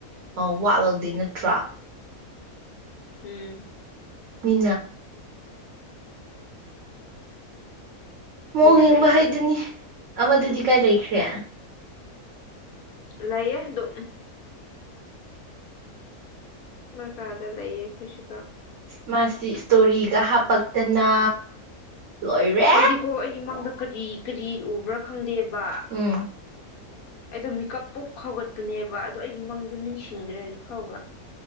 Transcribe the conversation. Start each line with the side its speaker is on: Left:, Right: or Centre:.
Right: ꯅꯣ ꯋꯥꯠꯂꯧꯗꯦ ꯅꯠꯇ꯭ꯔꯥ
Left: ꯎꯝ
Right: ꯃꯤ ꯃꯑꯣ
Left: ꯃꯤꯅ
Right: ꯌꯦꯡꯕ
Left: ꯀꯔꯤ
Right: ꯍꯥꯏꯗꯨꯅꯤ ꯑꯃꯗꯨꯗꯤ ꯀꯥꯏ ꯂꯩꯈ꯭ꯔꯦ
Left: ꯂꯩꯌꯦꯦ ꯑꯗꯨ ꯃ ꯀꯥꯗ ꯂꯩꯌꯦ ꯈꯨꯁꯤ
Right: ꯃꯥꯁꯤ ꯏꯁꯇꯣꯔꯤꯒ ꯍꯥꯄꯛꯇꯅ ꯂꯣꯏꯔꯦ
Left: ꯑꯩꯗꯤꯈꯣ ꯑꯩꯒꯤ ꯃꯥꯡꯗ ꯀꯔꯤ ꯀꯔꯤ ꯎꯕ꯭ꯔꯥ ꯈꯪꯗꯦꯕ
Right: ꯎꯝ
Left: ꯑꯩꯗꯣ ꯃꯤꯀꯞ ꯄꯣꯛ ꯈꯥꯎꯒꯠꯄꯅꯦꯕ ꯑꯗꯣ ꯑꯩꯒꯤ ꯃꯪꯗꯣ ꯅꯤꯡꯁꯤꯡꯗ꯭ꯔꯦ ꯍꯧꯖꯤꯛ ꯐꯥꯎꯕ